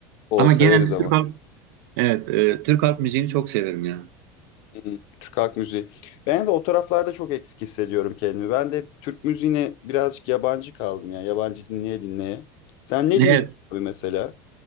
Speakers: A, on the left (about 55°); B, on the right (about 65°).
A: O
B: Ama
A: severiz
B: genelde
A: ama.
B: Türk halk, evet, e, Türk halk müziğini çok severim ya.
A: Hmm, Türk halk müziği. Ben de o taraflarda çok eksik hissediyorum kendimi. Ben de Türk müziğine birazcık yabancı kaldım ya. Yabancı dinleye dinleye. Sen ne
B: Evet,
A: dinliyorsun abi mesela?